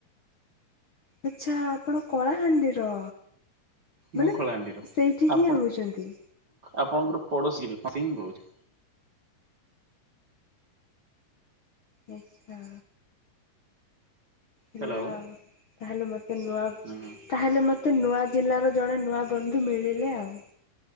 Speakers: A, on the left (about 60°); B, on the right (about 45°).
A: ଆଚ୍ଛା ଆପଣ କଳାହାଣ୍ଡିର।
B: ମୁଁ
A: ମାନେ
B: ଖଳାହାଣ୍ଡିର।
A: ସେଇଠି
B: ଆପଣ
A: ହିଁ ରହୁଛନ୍ତି।
B: ଆପଣଙ୍କର ପଡୋଶୀ ର ସିଂ କହୁଚି।
A: ନିଷ୍ଠା ହେଲା
B: ହ୍ୟାଲୋ
A: ଆଉ। ତା ହେଲେ ମୋତେ ନୂଆ।
B: ହୁଁ।
A: ମତେ ନୂଆ ଜିଲ୍ଲାର ଜଣେ, ନୂଆ ବନ୍ଧୁ ମିଳିଲେ ଆଉ।